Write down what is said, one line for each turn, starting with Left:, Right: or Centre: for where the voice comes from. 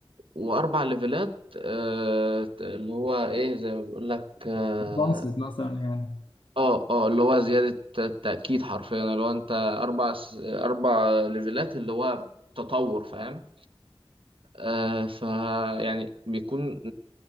Right: واربع ليفلات آه، اللي هو ايه زي ما بيقول لك اه
Left: بنصت مثلا يعني
Right: اه آه، اللي هو زياده التاكيد حرفيا اللي هو انت اربع س- اربع ليفلات اللي هو تطور فاهم آه ف يعني بيكون